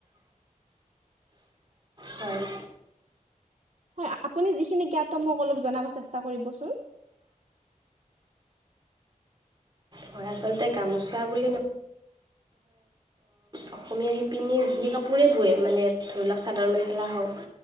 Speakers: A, on the right (about 30°); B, on the right (about 55°).
A: হয়।
B: হয় আপুনি যিখিনি জ্ঞাত মোক অলপ জনাব চেষ্টা কৰিবচোন।
A: হয় আচলতে গামোচা বুলি নহয় অসমীয়া শিপিনীয়ে যি কাপোৰে বোৱে মানে ধৰি লওক চাদৰ মেখেলা হওক